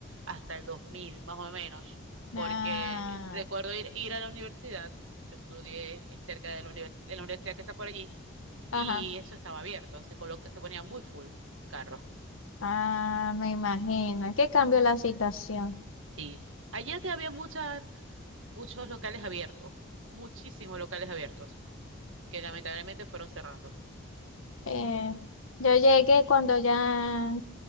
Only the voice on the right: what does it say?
hasta el 2000, más o menos, porque
recuerdo ir, ir a la universidad. Yo estudié cerca de la, univers- de la universidad que está por allí y
eso estaba abierto, se coloca, se ponía muy full de carros.
Sí, allí antes había muchas, muchos locales abiertos, muchísimos locales abiertos, que lamentablemente fueron cerrando.
Ah,